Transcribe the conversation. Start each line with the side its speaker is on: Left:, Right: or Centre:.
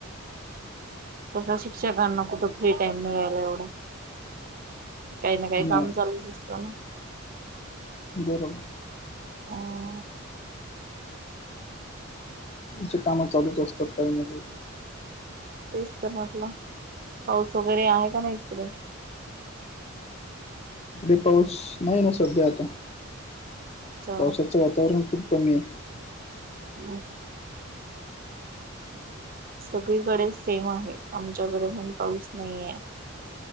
Right: तसं शिक्षकांना कुठं फ्री टाइम मिळायला एवढा काही ना काही
Left: नाही
Right: काम चालूच असत ना
Left: <unintelligible>
Right: हम्म.
Left: चे काम चालूच असतात काही ना काही
Right: तेच तर म्हटलं पाऊस वगैरे आहे का नाही एककडे
Left: इकडे पाऊस नाही ना सध्या आता
Right: अच्छा
Left: पावसाचं वातावरण खूप कमी आहे
Right: <inaudible> सगळीकडे सेम आहे आमच्याकडे पण पाऊस नाहीे